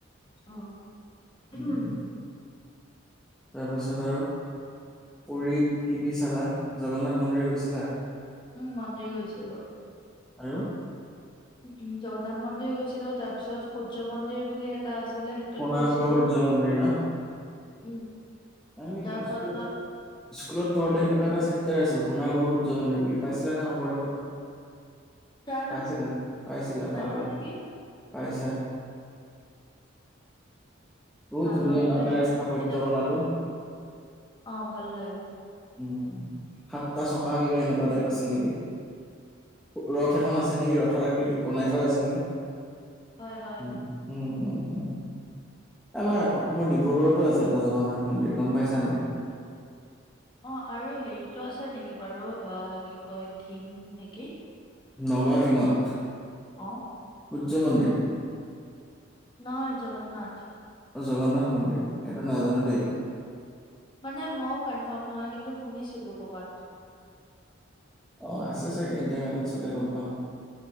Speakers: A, on the left (about 25°); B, in the centre.
A: অহ, ওঁহুম।
B: উম তাৰপিছত আৰু পুৰীত কি কি চালা, জগন্নাথ মন্দিৰ গৈছিলা?
A: মন্দিৰ গৈছিলোঁ।
B: আৰু
A: উম জগন্নাথ মন্দিৰ গৈছিলো, তাৰ পিছত সূৰ্য মন্দিৰ বুলি এটা আছি ছিলে সেইটোত
B: কোণাৰ্কৰ
A: গৈছিলো
B: সূৰ্য মন্দিৰ ন
A: উম।
B: আমি
A: তাৰ
B: স্কুলত
A: পাছত
B: স্কুলত ওচৰতে সেনেকোৱা এটা চেপটাৰ আছিল কোনা আগৰ সূৰ্য মন্দিৰ বুলি পাইছিলা নে শংকৰদেৱত?
A: জানো
B: পাইছিলা? পাইছিলা?
A: নাই
B: পাহৰিলা।
A: পোৱা নেকি
B: পাইছা। বহুত
A: নাজানো
B: ধুনীয়া ন
A: দেই।
B: তাৰে স্থাপত্য
A: কিন্তু
B: কলাটো।
A: অ ভাল লাগে।
B: উম, সাতটা চকা কিবা এনেকুৱা টাইপ আছিল নেকি? ৰথ এখন আছে নেকি ৰথ পথ আকৃতিত বনাই থোৱা আছে নেকি?
A: হয়, হয়।
B: উম উম উম উম। আমাৰ অসমৰ ডিব্ৰুগড়তো আছে এটা জগন্নাথ মন্দিৰ গম পাইছা নে নাই?
A: অ আৰু হেৰিটো আছে নেকি বাৰু অ কি কয় থিং নেকি?
B: নগাঁও ঠিঙত।
A: অহ।
B: সূৰ্য মন্দিৰ।
A: নহয় জগন্নাথ।
B: জগন্নাথ মন্দিৰ, এইটো নাজানো দেই।
A: মানে মৌ কনফাৰ্ম নহয় কিন্তু শুনিছিলোঁ ক'বাত।
B: অ আছে চাগে ইণ্টাৰনেটত চালে গম পাম।